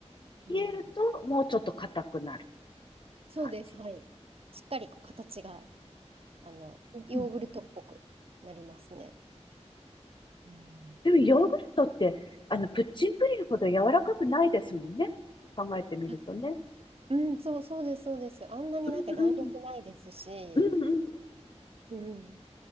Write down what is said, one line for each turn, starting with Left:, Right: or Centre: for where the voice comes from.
Right: うん。
Left: えるともうちょっと硬くなる
Right: そうです。
Left: 感じ。
Right: はい。しっかりこう形が、あの、ヨーグルトっぽくなりますね。
Left: うん
Right: うん。
Left: でもヨーグルトって、あの、プッチンプリンほど柔らかくないですもんね。考えてみるとね。
Right: あうん、そう、そうです、そうです。あんなになんか弾力ないですし、
Left: うんうん。うんうん
Right: うん。